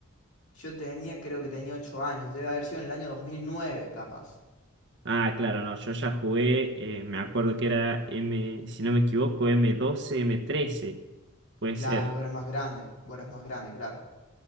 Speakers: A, on the left (about 85°); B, on the right (about 55°).
A: yo tenía, creo que tenía ocho años, debe haber sido en el año 2009 capaz.
B: Ah, claro, no, yo ya jugué, eh, me acuerdo que era M, si no me equivoco, M12, M13. Puede
A: Claro,
B: ser.
A: vos eras más grande, vos eras más grande, claro.